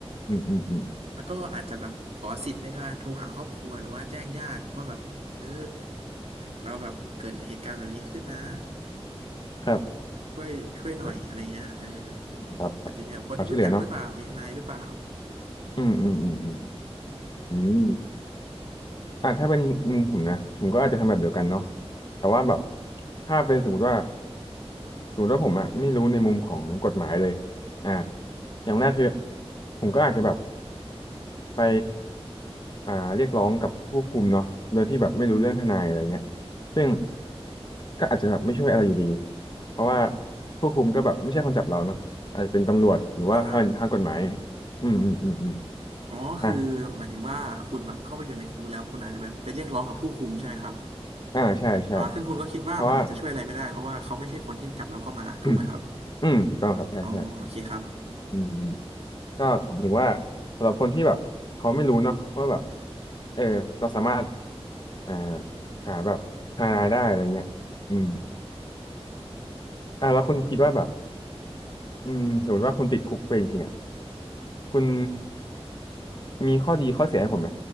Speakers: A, on the left (about 45°); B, on the right (about 75°).
A: อืมอืมอืม
B: แล้วก็อาจจะแบบขอสิทธิ์ในการโทรหาครอบครัวหรือว่าแจ้งญาติว่าแบบเออเราแบบเกิดเหตุการณ์แบบนี้ขึ้นนะ
A: ครับ
B: ช่วยช่วยหน่อยอะไรเงี้ยเออ
A: อ่าครับครับความช่วยเหลือเนาะ
B: อาจจะมีแบบคนที่รู้จักหรือเปล่ามีทนายหรือเปล่า
A: อืมอืมอืมอืม
B: อม
A: อืมอ่าถ้าเป็นมุมผมนะผมก็อาจจะทำแบบเดียวกันเนาะแต่ว่าแบบถ้าเป็นสมมติว่าสมมติว่าผมอะไม่รู้ในมุมของกฎหมายเลยอ่าอย่างแรกคือผมก็อาจจะแบบ ไปอ่าเรียกร้องกับผู้คุมเนาะโดยที่แบบไม่รู้เรื่องทนายอะไรเงี้ยซึ่งก็อาจจะแบบไม่ช่วยอะไรอยู่ดีเพราะว่าผู้คุมก็แบบไม่ใช่คนจับเราเนาะอาจจะเป็นตำรวจหรือว่าทางทางกฎหมาย
B: อ่า
A: อืมอืมอืมอืม
B: อ๋อคือหมายถึงว่าคุณแบบเข้าไปอยู่ในคุกแล้วคุณอาจจะแบบไปเรียกร้องกับผู้คุมใช่ไหมครับ
A: อ่ะอ่าใช่ใช่
B: อ๋อซึ่งคุณก็คิดว่ามันอาจจะช่วยอะไรไม่ได้เพราะว่าเขาไม่ใช่คนที่จับเราเข้ามาถูกไหมครับ
A: เพราะว่า <coughs> <clears throat> อืมถูกต้องครับใช่ใช่
B: อ๋อโอเคครับ
A: อืมอืมก็ถึงว่าสำหรับคนที่แบบเขาไม่รู้เนาะว่าแบบเออเราสามารถอ่าหาแบบทนายได้อะไรเงี้ยอืมอ่าแล้วคุณคิดว่าแบบ อืมสมมติว่าคุณติดคุกไปจริงๆอ่ะคุณมีข้อดีข้อเสียให้ผมไหม